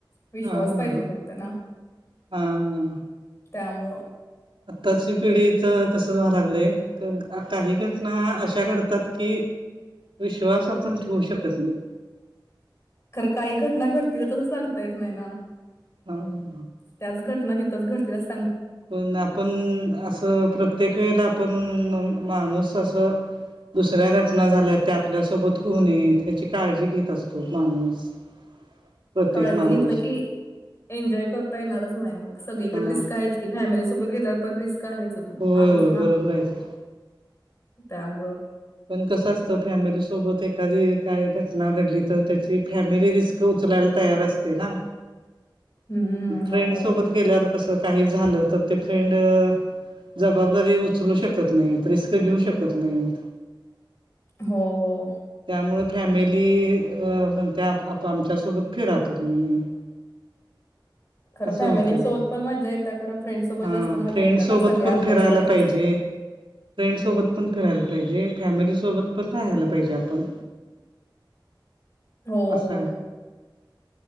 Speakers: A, on the left; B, on the right.
A: विश्वास
B: हा हा
A: पाहिजे
B: हा
A: फक्त ना.
B: हा
A: त्यामुळं.
B: आत्ताची पिढी त तसंच व्हा लागलंय. क आता हे घटना अशा घडतात की विश्वास आपण ठेवू शकत नाही.
A: खर काही घटना घडतील तसं सांगता येत नाही ना
B: हा हा.
A: त्याच घटना तिथच घडती अस
B: पण आपण आसं प्रत्येक वेळेला आपण माणूस असं दुसऱ्या घटना झाल्यात त्या आपल्यासोबत हू नयेत ह्याची काळजी घेत असतो माणूस <unintelligible>
A: काळजी
B: माणूस
A: घेतलं की एन्जॉय करता येणारच नाही मग सगळीकडे
B: हा
A: रिस्क आहेच की फॅमिलीसोबत गेल्यावर पण रिस्क आहेच
B: होय
A: आहेच
B: होय
A: ना
B: बरोबर आहे की
A: त्यामुळं
B: पण कसं असतं फॅमिलीसोबत एखादी काय घटना घडली तर त्याची फॅमिली रिस्क उचलायला तयार असते ना
A: हं,
B: फ्रेंड
A: हो,
B: सोबत
A: हो.
B: गेल्यावर स काही झालं तर ते फ्रेंड जबाबदारी उचलू शक कत नाहीत रिस्क घेऊ शकत नाहीत.
A: हो हो.
B: त्यामुळ फॅमिली अ म्हणत्या आप आमच्या सोबत फिरा तुम्ही <inaudible>
A: खरं
B: असं
A: फॅमिलीसोबत
B: होतं
A: पण मजा येते खरं फ्रेंड्ससोबत
B: हा
A: जास्त मजा
B: फ्रेंड
A: येते ना
B: सोबत
A: सगळे
B: पण
A: आपल्याच
B: फिरायला
A: वयाचे
B: पाहिजे.
A: असतात.
B: फ्रेंडसोबत पण फिरायला पाहिजे. फॅमिलीसोबत पण रहायला पाहिजे आपण
A: हो
B: असं
A: हो
B: आहे